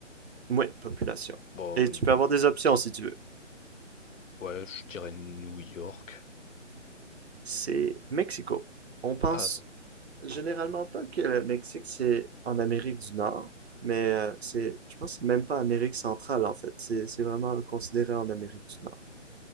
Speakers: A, on the right; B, on the left.
A: Oui, population.
B: Bon,
A: Et tu peux avoir
B: n-
A: des options si tu veux.
B: ouais, je dirais New York.
A: C'est Mexico. On pense
B: Ah,
A: généralement pas que le Mexique c'est en Amérique du Nord, mais euh, c'est, je pense que c'est même pas Amérique centrale en fait. C'est, c'est vraiment considéré en Amérique du Nord.